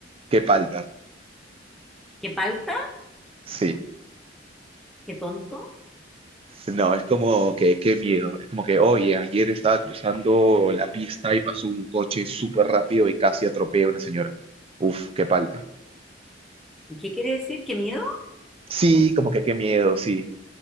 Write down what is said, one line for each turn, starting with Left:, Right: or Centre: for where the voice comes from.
Right: ¿Qué palta?
Centre: ¿Qué palta?
Right: Sí,
Centre: ¿Qué tonto?
Right: no, es como que qué miedo. Es como que, oye, ayer estaba cruzando la pista y pasó un coche súper rápido y casi atropella a una señora. Uf, qué palta.
Centre: ¿Y qué quiere decir? ¿Qué miedo?
Right: Sí, como que qué miedo, sí,